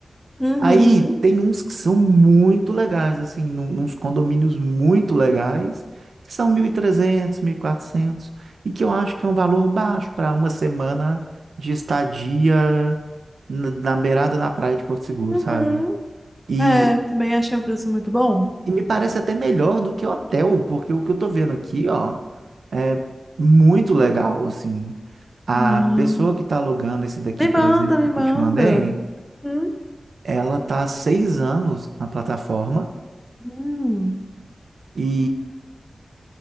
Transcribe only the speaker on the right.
Aí tem uns que são muito legais, assim, num, uns condomínios muito legais, que são 1.300, 1.400, e quatrocentos, e que eu acho que é um valor baixo para uma semana de estadia na, na beirada da praia de Porto Seguro,
sabe? E,
e me parece até melhor do que hotel, porque o que eu tô vendo aqui, ó. É muito legal, assim. A
pessoa que está alugando esse daqui,
por
exemplo,
que eu te mandei,
ela tá há seis anos na plataforma
e